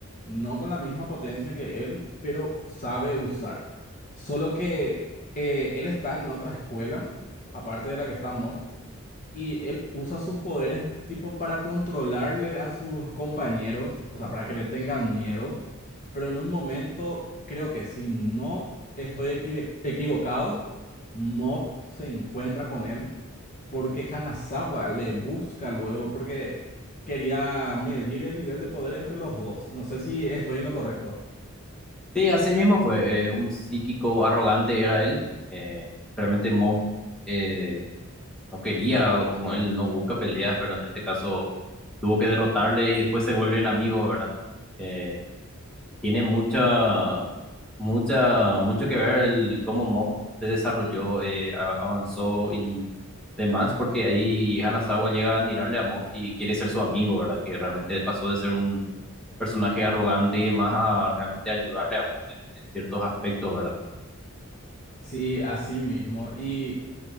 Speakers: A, on the left; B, in the centre.
A: no con la misma potencia que él, pero sabe usar. Solo que eh, él está en otra escuela, aparte de la que está Mob. Y él usa sus poderes tipo para controlarle a sus compañeros, o sea, para que le tengan miedo. Pero en un momento, creo que si no estoy equive- equivocado, Mob se encuentra con él porque Hanazawa le busca luego porque quería medir el nivel de poder entre los dos. No sé si estoy en lo correcto.
B: Sí, así mismo fue, eh, un psíquico arrogante era él, eh, realmente Mob... eh, no quería, o como él no busca peleas, pero en este caso tuvo que derrotarle y después se vuelven amigos, ¿verdad? Eh, tiene mucha, mucha, mucho que ver el cómo Mob se desarrolló, eh, a- avanzó y demás, porque ahí Hanazawa llega a admirarle a Mob y quiere ser su amigo, ¿verdad? Que realmente pasó de ser un personaje arrogante y demás a realmente ayudarle a Mob en, en ciertos aspectos, ¿verdad?
A: Sí, así mismo. Y